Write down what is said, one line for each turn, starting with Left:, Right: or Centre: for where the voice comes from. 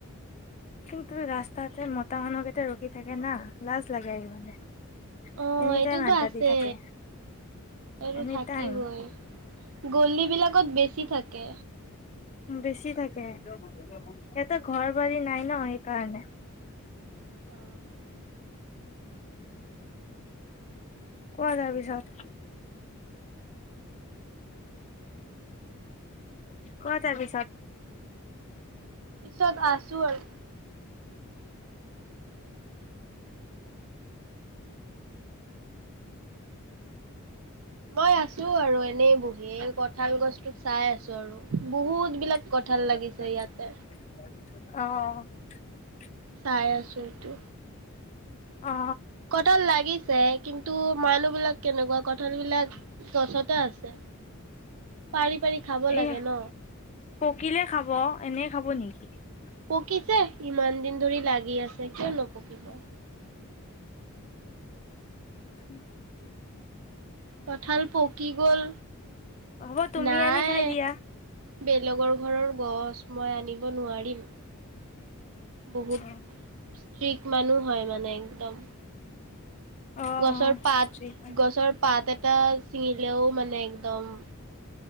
Left: কিন্তু ৰাস্তাতে মতা মানুহকেইটা ৰখি থাকে না, লাজ লাগে আহিবলে।
Right: অ
Left: এনি
Right: এইটো
Left: টাইম
Right: বা
Left: আড্ডা
Right: আছে
Left: দি থাকে
Right: এইটো
Left: এনি
Right: থাকিবই
Left: টাইম
Right: গলি বিলাকত বেছি থাকে।
Left: বেছি থাকে সিহঁতে ঘৰ বাৰী নাই ন সেইকাৰণে।
Right: অ
Left: কোৱা তাৰ পিছত? কোৱা তাৰ পিছত?
Right: পিছত আছোঁ আৰু।
Left: <unintelligible>
Right: মই আছো আৰু এনেই বহি কঁঠাল গছটোক চাই আৰু বহুত বিলাক
Left: তাৰ
Right: কঁঠাল লাগিছে
Left: পিছত
Right: ইয়াতে
Left: <unintelligible> অ
Right: চাই আছো এইটো
Left: অ
Right: কঠাল লাগিছে আছে কিন্তু মানুহ বিলাক কেনেকুৱা কঠাল বিলাক গছতে আছে। পাৰি পাৰি খাব লাগে
Left: এ
Right: ন।
Left: পকিলে খাব এনে খাব নেকি। উ <unintelligible>
Right: পকিছে ইমান দিন ধৰি লাগি আছে কিয় নপকিব,
Left: উম,
Right: কঁঠাল পকি গল
Left: হ'ব তুমি
Right: নাই?
Left: আনি খাই দিয়া
Right: বেলেগৰ ঘৰৰ গছ মই আনিব নোৱাৰিম। বহুত
Left: অ
Right: শিক মানুহ হয় মানে একদম
Left: অ অ
Right: গছৰ পাত
Left: ঠিক
Right: গছৰ পাত এটা ছিঙিলেও মানে একদম